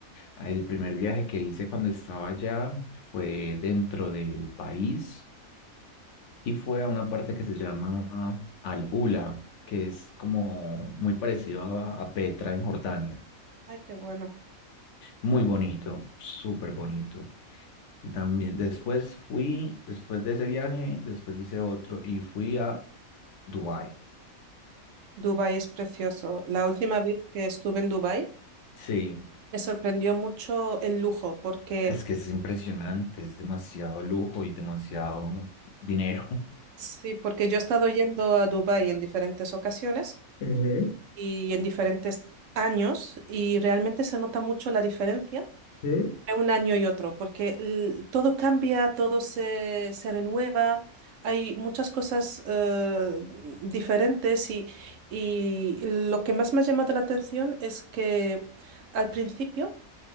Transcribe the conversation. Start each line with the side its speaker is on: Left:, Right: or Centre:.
Left: El primer viaje que hice cuando estaba allá fue dentro del país. y fue a una parte que se llama Al-Ula, que es como muy parecido a, a Petra en Jordania.
Right: Ay, qué bueno.
Left: Muy bonito, súper bonito. También después fui, después de ese viaje, después hice otro y fui a Dubái.
Right: Dubái es precioso. La última vez que estuve en Dubái
Left: Sí,
Right: me sorprendió mucho el lujo, porque
Left: es que es impresionante, es demasiado lujo y demasiado dinero.
Right: sí, porque yo he estado yendo a Dubái en diferentes ocasiones
Left: <laughs> Ujú,
Right: y en diferentes años y realmente se nota mucho la diferencia
Left: ujú.
Right: entre un año y otro, porque l- todo cambia, todo se, se renueva, hay muchas cosas eh, diferentes y, y lo que más me ha llamado la atención es que al principio